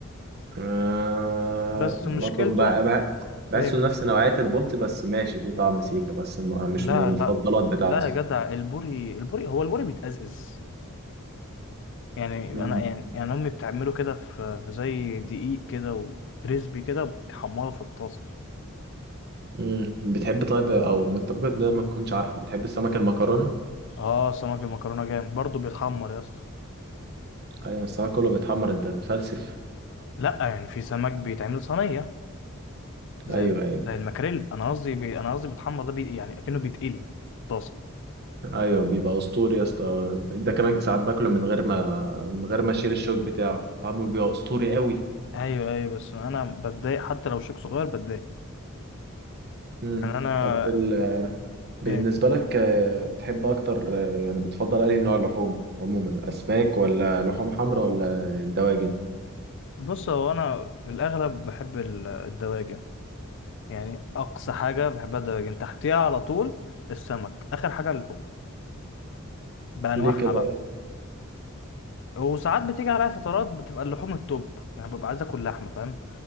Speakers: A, on the right; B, on the left.
A: آه
B: بس
A: برضه
B: مشكلته
A: بع- بع- بحسه
B: ايه
A: نفس نوعيه البولت بس ماشي فيه طعم سيكا بس ما- مش
B: لا
A: من المفضلات
B: لا
A: بتاعتي
B: لا يا جدع البوري البوري هو البوري بيتأزأز يعني
A: مم.
B: انا يعني يعني امي بتعمله كده في في زي دقيق كده وكريسبي كده وبتحمره في الطاسه
A: مم. بتحب طيب او انت ممكن ده ما تكونش عارفه بتحب السمك المكرونه
B: اه سمك المكرونه جامد برضه بيتحمر يا اسطى
A: ايوه السمك كله بيتحمر انت تفلسف
B: لا يعني في سمك بيتعمل صينيه زي
A: ايوه
B: الم-
A: ايوه
B: زي الماكريل انا قصدي بي... انا قصدي بيتحمر ده بي... يعني اكنه بيتقلي في الطاسه
A: ايوه بيبقى اسطوري يا اسطى ده كمان ساعات باكله من غير ما من غير ما اشيل الشوك بتاعه طعمه بيبقى اسطوري قوي
B: ايوه ايوه بس انا بتضايق حتى لو شيك صغير بتضايق
A: امم
B: يعني انا
A: طب في ال... بالنسبه
B: إيه،
A: لك آه، بتحب اكتر آه، يعني بتفضل انهي نوع لحوم عموما اسماك ولا لحوم حمراء ولا الدواجن
B: بص هو انا في الاغلب بحب ال- الدواجن يعني اقصى حاجه بحبها الدواجن تحتيها على طول السمك اخر حاجه اللحوم بانواعها
A: ليه كده
B: بقى وساعات بتيجي عليا فترات بتبقى اللحوم التوب يعني ببقى عايز اكل لحمه فاهم